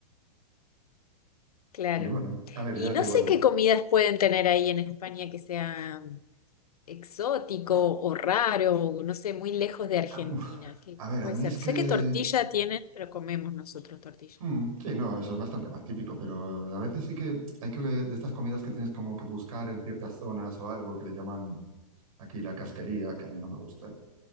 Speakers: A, on the left (about 75°); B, on the right (about 65°).
A: Claro.
B: Y bueno, a ver,
A: Y
B: ya
A: no
B: te digo,
A: sé
B: el-
A: qué comidas pueden tener ahí en España que sea exótico o raro, o no sé, muy lejos de Argentina.
B: uf,
A: ¿Qué,
B: a
A: qué
B: ver,
A: puede
B: a mí
A: ser?
B: es
A: Sé
B: que,
A: que tortilla tienen, pero comemos nosotros tortilla.
B: mm, sí, no, eso es bastante más típico, pero a veces sí que hay que, de estas comidas que tienes como que buscar en ciertas zonas o algo que le llaman aquí la casquería, que a mí no me gusta.